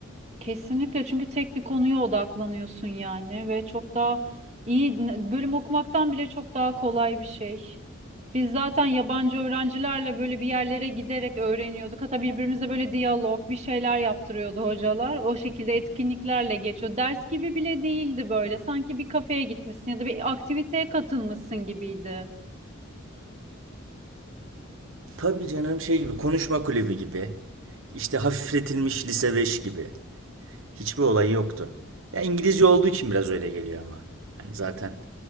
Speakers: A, on the right; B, on the right.
A: kesinlikle çünkü tek bir konuya odaklanıyorsun yani ve çok daha iyi bölüm okumaktan bile çok daha kolay bir şey Biz zaten yabancı öğrencilerle böyle bir yerlere giderek öğreniyorduk. Hatta birbirimize böyle diyalog, bir şeyler yaptırıyordu hocalar. O şekilde etkinliklerle geçiyor. Ders gibi bile değildi böyle. Sanki bir kafeye gitmişsin ya da bir aktiviteye katılmışsın gibiydi.
B: Tabii canım şey gibi konuşma kulübü gibi. İşte hafifletilmiş lise 5 gibi. Hiçbir olayı yoktu. Ya İngilizce olduğu için biraz öyle geliyor ama. Hani zaten